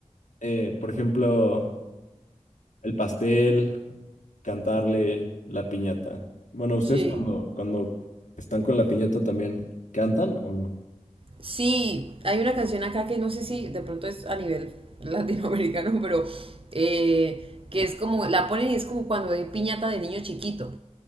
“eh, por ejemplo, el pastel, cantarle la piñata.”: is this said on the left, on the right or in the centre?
Left